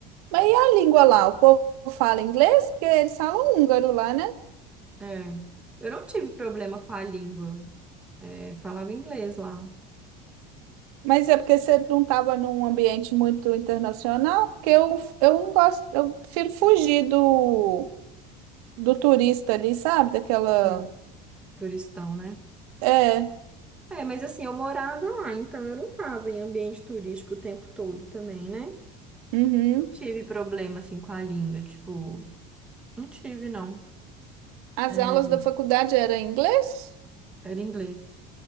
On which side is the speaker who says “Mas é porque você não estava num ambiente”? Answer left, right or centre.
Right